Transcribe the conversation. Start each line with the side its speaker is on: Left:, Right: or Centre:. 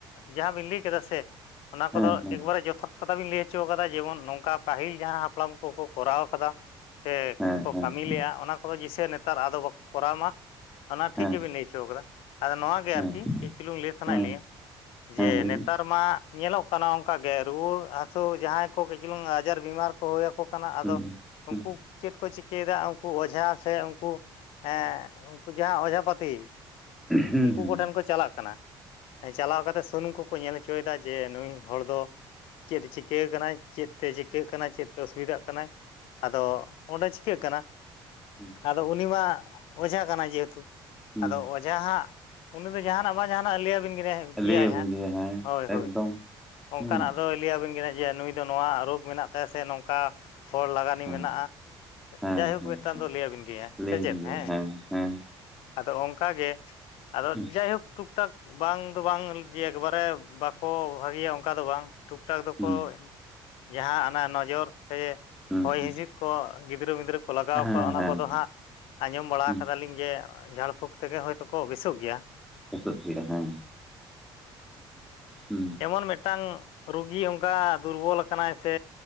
Left: ᱡᱟᱦᱟᱸ ᱵᱤᱱ ᱞᱟᱹᱭ ᱠᱮᱫᱟ ᱥᱮ ᱚᱱᱟ ᱠᱚᱫᱚ
Centre: ᱦᱮᱸ ᱦᱮᱸ
Left: ᱮᱠᱵᱟᱨᱮ ᱡᱚᱛᱷᱟᱛ ᱠᱟᱛᱷᱟ ᱵᱤᱱ ᱞᱟᱹᱭ ᱦᱚᱪᱚ ᱟᱠᱟᱫᱟ ᱡᱮᱢᱚᱱ ᱱᱚᱝ ᱠᱟ ᱯᱟᱹᱦᱤᱞ ᱡᱟᱦᱟᱸ ᱦᱟᱯᱲᱟᱢ ᱠᱚᱠᱚ ᱠᱚᱨᱟᱣ ᱠᱟᱫᱟ ᱥᱮ
Centre: ᱦᱮᱸ
Left: ᱠᱚ
Centre: ᱦᱮᱸ
Left: ᱠᱟᱹᱢᱤ ᱞᱮᱜᱼᱟ ᱚᱱᱟ ᱠᱚᱫᱚ ᱡᱤᱥᱮ ᱱᱮᱛᱟᱨ ᱟᱫᱚ ᱵᱟᱠᱚ ᱠᱚᱨᱟᱣ ᱢᱟ ᱚᱱᱟ
Centre: ᱦᱮᱸ
Left: ᱴᱷᱤᱠ ᱜᱮᱵᱤᱱ ᱞᱟᱹᱭ ᱦᱚᱪᱚ ᱠᱟᱫᱟ ᱾ ᱟᱫᱚ ᱱᱚᱣᱟ ᱜᱮ
Centre: ᱦᱮᱸ
Left: ᱟᱨᱠᱤ ᱠᱟᱹᱡ ᱪᱩᱞᱩᱝ ᱞᱟᱹᱭ ᱥᱟᱱᱟᱭᱮᱫ
Centre: ᱦᱮᱸ
Left: ᱞᱤᱧᱟ
Centre: ᱦᱮᱸ
Left: ᱡᱮ
Centre: ᱞᱟᱹᱭ
Left: ᱱᱮᱛᱟᱨ
Centre: ᱵᱤᱱ
Left: ᱢᱟ ᱧᱮᱞᱚᱜ ᱠᱟᱱᱟ ᱚᱝᱠᱟᱜᱮ ᱥᱮ ᱨᱩᱣᱟᱹ ᱦᱟᱹᱥᱩ ᱡᱟᱦᱟᱸᱭ ᱠᱚ ᱠᱟᱹᱡ ᱪᱩᱞᱩᱝ ᱟᱡᱟᱨ ᱵᱤᱢᱟᱨ ᱠᱚ ᱦᱩᱭ ᱟᱠᱚ ᱠᱟᱱᱟ ᱟᱫᱚ
Centre: ᱦᱮᱸ ᱦᱮᱸ
Left: ᱩᱝᱠᱩ ᱪᱮᱫ ᱠᱚ ᱪᱤᱠᱟᱹᱭᱮᱫᱟ ᱩᱝᱠᱩ ᱚᱡᱷᱟ ᱥᱮ ᱩᱝᱠᱩ ᱦᱮᱸ ᱩᱝᱠᱩ ᱡᱟᱦᱟᱸ ᱚᱡᱷᱟᱯᱟᱹᱛᱤ
Centre: ᱦᱮᱸ
Left: ᱩᱝᱠᱩ
Centre: ᱦᱮᱸ
Left: ᱠᱚᱴᱷᱮᱱ ᱠᱚ ᱪᱟᱞᱟᱜ ᱠᱟᱱᱟ ᱾ ᱦᱮᱸ ᱪᱟᱞᱟᱣ ᱠᱟᱛᱮᱜ ᱥᱩᱱᱩᱢ ᱠᱚᱠᱚ ᱧᱮᱞ ᱦᱚᱪᱚᱭᱮᱫᱟ ᱡᱮ ᱱᱩᱭ ᱦᱚᱲ ᱫᱚ ᱪᱮᱫ ᱮ ᱪᱤᱠᱟᱹ ᱟᱠᱟᱱᱟᱭ ᱪᱮᱫ ᱛᱮ ᱪᱤᱠᱟᱹᱜ ᱠᱟᱱᱟᱭ ᱪᱮᱫ ᱛᱮ ᱚᱥᱩᱵᱤᱫᱟᱜ ᱠᱟᱱᱟᱭ? ᱟᱫᱚ ᱚᱸᱰᱮ ᱪᱤᱠᱟᱜ ᱠᱟᱱᱟ!
Centre: ᱦᱩᱸ ᱾
Left: ᱟᱫᱚ ᱩᱱᱤ ᱢᱟ ᱚᱡᱷᱟ ᱠᱟᱱᱟ ᱡᱮᱦᱮᱛᱩ
Centre: ᱦᱮᱸ
Left: ᱟᱫᱚ ᱚ ᱡᱷᱟ ᱦᱟᱸᱜ ᱩᱱᱤ ᱫᱚ ᱡᱟᱦᱟᱱᱟᱜ ᱵᱟ ᱡᱟᱦᱱᱟᱜ ᱞᱟᱹᱭᱟᱵᱤᱱ <unintelligible>
Centre: ᱞᱟᱹᱭᱟᱵᱤᱱ
Left: ᱜᱮᱭᱟᱭ ᱦᱟᱸᱜ
Centre: ᱜᱮᱭᱟ ᱦᱮᱸ
Left: ᱦᱳᱭ
Centre: ᱮᱠᱫᱚᱢ
Left: ᱦᱳᱭ ᱾ ᱚᱱᱠᱟᱱᱟᱜ
Centre: ᱦᱩᱸ
Left: ᱟᱫᱚᱭ ᱞᱟᱹᱭᱟᱵᱤᱱ ᱠᱟᱱᱟ ᱡᱮ ᱱᱩᱭ ᱫᱚ ᱱᱚᱣᱟ ᱨᱳᱜᱽ ᱢᱮᱱᱟᱜ ᱛᱟᱭᱟ ᱥᱮ ᱱᱚᱝᱠᱟ ᱯᱷᱚᱞ ᱞᱟᱜᱟᱱᱤ
Centre: ᱦᱮᱸ
Left: ᱢᱮᱱᱟᱜᱼᱟ ᱾
Centre: ᱦᱮᱸ
Left: ᱡᱟᱭᱦᱳᱠ
Centre: ᱦᱮᱸ
Left: ᱢᱤᱫᱴᱟᱝ
Centre: ᱦᱮᱸ
Left: ᱫᱚ ᱞᱟᱹᱭᱟᱵᱤᱱ ᱜᱮᱭᱟ
Centre: ᱞᱟᱹᱭᱟᱵᱤᱱ
Left: ᱥᱮ ᱪᱮᱫ
Centre: ᱜᱮᱭᱟ
Left: ᱦᱮᱸ ᱾
Centre: ᱦᱮᱸ
Left: ᱟᱫᱚ ᱚᱝᱠᱟᱜᱮ ᱟᱫᱚ
Centre: ᱦᱩᱸ
Left: ᱡᱟᱭᱦᱳᱠ ᱴᱩᱠ ᱴᱟᱠ ᱵᱟᱝ ᱫᱚ ᱵᱟᱝ ᱡᱮ ᱮᱠᱵᱟᱨᱮ ᱵᱟᱠᱚ ᱵᱷᱟᱹᱜᱤᱭᱟ ᱚᱝᱠᱟ ᱫᱚ ᱵᱟᱝ ᱴᱩᱠ ᱴᱟᱠ ᱫᱚᱠᱚ
Centre: ᱦᱩᱸ
Left: ᱡᱟᱦᱟᱸ ᱚᱱᱟ ᱱᱚᱡᱚᱨ ᱥᱮ
Centre: ᱦᱩᱸ
Left: ᱦᱚᱭ
Centre: ᱦᱩᱸ
Left: ᱦᱤᱸᱥᱤᱫ ᱠᱚ ᱜᱤᱫᱽᱨᱟᱹ ᱯᱤᱫᱽᱨᱟᱹ ᱠᱚ ᱞᱟᱜᱟᱣ
Centre: ᱦᱮᱸ
Left: ᱠᱚᱣᱟ ᱚᱱᱟ
Centre: ᱦᱮᱸ
Left: ᱠᱚᱫᱚ ᱦᱟᱸᱜ ᱟᱸᱡᱚᱢ ᱵᱟᱲᱟ
Centre: ᱦᱩᱸ
Left: ᱠᱟᱫᱟᱞᱤᱧ ᱡᱮ ᱡᱷᱟᱲ ᱯᱷᱩᱸᱠ ᱛᱮᱜᱮ ᱦᱳᱭᱛᱳ ᱠᱚ ᱵᱮᱥᱚᱠ ᱜᱮᱭᱟ ᱾
Centre: ᱵᱮᱥᱚᱜ ᱜᱮᱭᱟ ᱦᱮᱸ, ᱦᱮᱸ
Left: ᱡᱮᱢᱚᱱ
Centre: ᱾
Left: ᱢᱤᱫᱴᱟᱝ ᱨᱩᱜᱤ ᱚᱝᱠᱟ ᱫᱩᱨᱵᱚᱞ ᱟᱠᱟᱱᱟᱭ ᱥᱮ